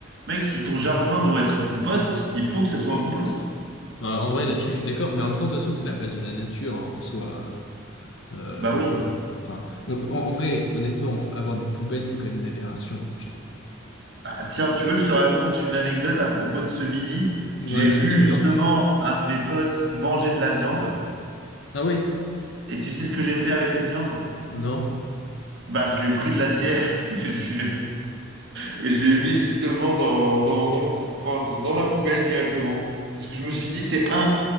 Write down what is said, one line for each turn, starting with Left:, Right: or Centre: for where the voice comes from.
Right: Mec, si ton jardin doit être un compost, il faut que ça soit un compost.
Left: Bah, en vrai, là-dessus, je suis d'accord. Mais en même temps, de toute façon, c'est la place de la nature hein, en soi. Euh,
Right: Bah oui.
Left: voilà. enfin, on- en, en vrai, honnêtement, avoir des poubelles, c'est quand même une aberration, moi, je trouve.
Right: Ah, tiens, tu veux que je te raconte une anecdote à propos de ce midi?
Left: Ouais,
Right: J'ai vu
Left: vas-y,
Right: justement
Left: balance.
Right: un de mes potes manger de la viande.
Left: Ah oui,
Right: Et tu sais ce que j'ai fait avec cette viande?
Left: Non.
Right: Bah, je lui ai pris de l'assiette <laughs> et je, Et je l'ai mis justement dans, dans, dans, le, enfin, dans la poubelle directement. Parce que je me suis dit, c'est un,